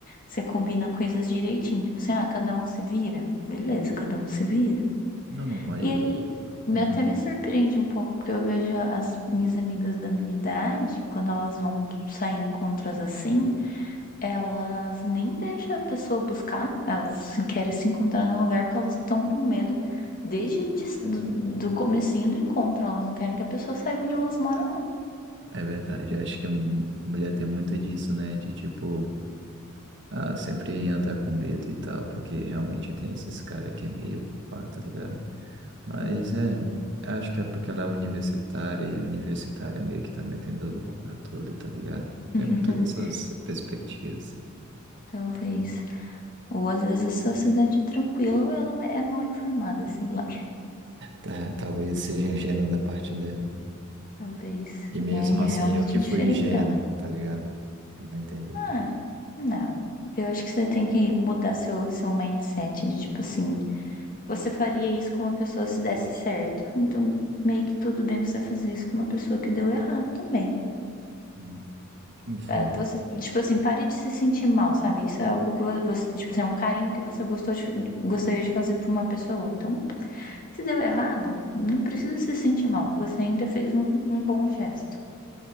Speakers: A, on the left (about 40°); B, on the right (about 55°).
A: Você combina coisas direitinho. Tipo assim, ah, cada um se vira. Beleza, cada um se vira.
B: Não, mas
A: E aí, me-
B: hum,
A: até me surpreende um pouco, porque eu vejo as minhas amigas da minha idade, quando elas vão sair em encontros assim, elas nem deixam a pessoa buscar, elas se- querem se encontrar no lugar porque elas estão com medo desde de, do, do comecinho do encontro. Elas não querem que a pessoa saiba onde elas moram.
B: é verdade. Eu acho que hum, mulher tem muito disso, né? De tipo, ah, sempre andar com medo e tal, porque realmente tem esses caras que é meio pá, tá ligado? Mas
A: assim.
B: é, acho que é porque ela é universitária e universitária meio que tá metendo louco pra tudo, tá ligado? Tem
A: <laughs>
B: muitas dessas perspectivas.
A: Talvez. Ou às vezes a sua cidade é tranquila ou ela é mal informada, sei lá.
B: Tá, talvez seja ingênuo da parte dela.
A: Talvez.
B: E mesmo
A: É,
B: assim,
A: é realmente
B: eu que
A: diferentão.
B: fui ingênuo, tá ligado? Não vai entender.
A: Ah, não. Eu acho que você tem que mudar seu, seu mindset de tipo assim, você faria isso com uma pessoa se desse certo. Então, meio que tudo bem você fazer isso com uma pessoa que deu errado também.
B: Hum. Enfim,
A: Ah, Você, tipo assim, pare de se sentir mal, sabe? Isso é algo que vo- você, tipo assim, é um carinho que você gostou de, gostaria de fazer pra uma pessoa. Então, Se deu errado, não precisa se sentir mal. Você ainda fez um, um bom gesto.